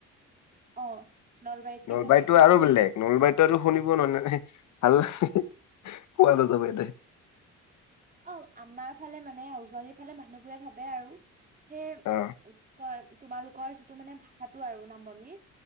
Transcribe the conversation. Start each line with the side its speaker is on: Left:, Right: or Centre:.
Right: অ। নলবাৰীতকে
Left: নলবাৰীতটো
Right: বেলেগ
Left: আৰু বেলেগ নলবাৰীতো আৰু শুনিব ন নে ভাল কোৱা নাযাব এতে
Right: অ আমাৰ ফালে মানে উজনিৰ ফালে মানুহবোৰে ভাবে আৰু সেই
Left: অ
Right: কি কয় তোমালোকৰ যিটো মানে ভাষাটো আৰু নামনিৰ